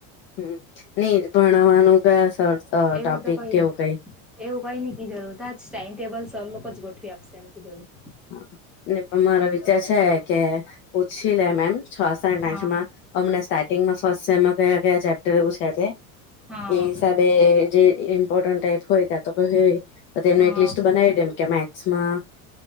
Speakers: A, on the left (about 30°); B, in the centre.
A: હમ્મ, નીર ભણવાનું કયા સર અ ટોપિક
B: એવું તો કહીએ.
A: કેવું કઈ
B: એવું કઈ નહીં કીધલું તાજ ટાઈમ ટેબલ સર લોકો જ ગોઠવી આપશે એમ કીધેલું.
A: હા, ને મારો વિચાર છે કે પૂછી લેમ એમ છ સાઠ
B: હા
A: આઠ માં હમણાં સ્ટાર્ટિંગ માં ફર્સ્ટ સેમમાં કયા કયા ચેપ્ટર એવું છે તે
B: હા
A: એ હિસાબ જે ઈમ્પોર્ટ ટાઈપ હોય ક્યાતો ક હે તો તે એનું
B: હા
A: એક લિસ્ટ બનાવી દેમ કે મેથસમાં